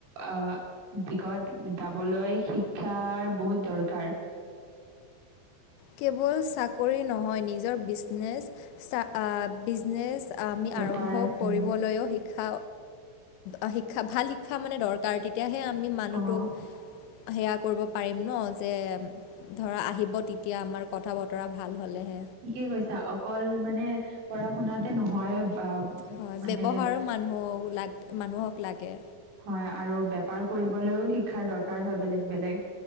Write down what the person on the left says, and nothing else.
কেৱল চাকৰি নহয় নি? <unintelligible> বিজনেছ চা আ বিজনেছ আমি
আৰম্ভ
কৰিবলৈও শিক্ষা আ শিক্ষা ভাল শিক্ষা শিক্ষা মানে দৰকাৰ তেতিয়াহে আমি মানুহটোক,
সেয়া কৰিব পাৰিম ন? যে ধৰা, আহিব তেতিয়া আমাৰ কথা-বতৰা ভাল হ'লে হে।
হয়,
ব্যৱহাৰো মানুহক লা মানুহক লাগে।